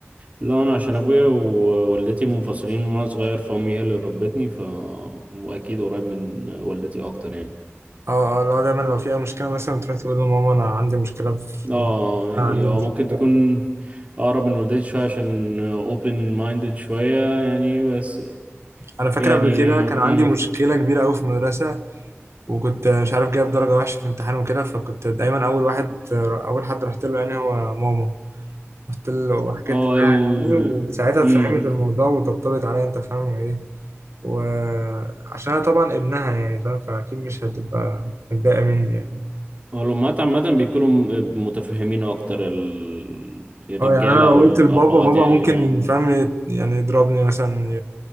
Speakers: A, on the right (about 30°); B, on the right (about 70°).
A: لا انا عشان ابويا ووالدتي منفصلين من وانا صغير فامي هي اللي ربتني ف واكيد قريب من والدتي اكتر يعني
B: اه اه لو دايما لو فيها مشكلة مثلا تروح تقول لماما أنا عندي مشكلة في
A: اه
B: أنا
A: يعني
B: عندي
A: هو
B: مشكلة
A: ممكن تكون اقرب من والدتي شويه عشان اوبن مايندد شويه يعني بس
B: أنا فاكر
A: يعني
B: قبل كده كان
A: هم،
B: عندي مشكلة كبيرة أوي في المدرسة وكنت مش عارف جايب درجة وحشة في امتحان وكده فكنت دايما أول واحد أول حد رحت له يعني هو ماما رحت له وحكيت
A: هو
B: لها
A: ال
B: يعني وساعتها اتفهمت
A: امم
B: الموضوع وطبطبت عليا أنت فاهم إيه وعشان أنا طبعا ابنها يعني فاهم فأكيد مش هتبقى متضايقة مني يعني
A: هو الامهات عامه بيكونوا م- متفهمين اكتر ال- الرجاله
B: اه يعني أنا لو
A: او
B: قلت
A: الابهات
B: لبابا بابا
A: يعني
B: ممكن
A: اه
B: فاهم يعني يضربني مثلا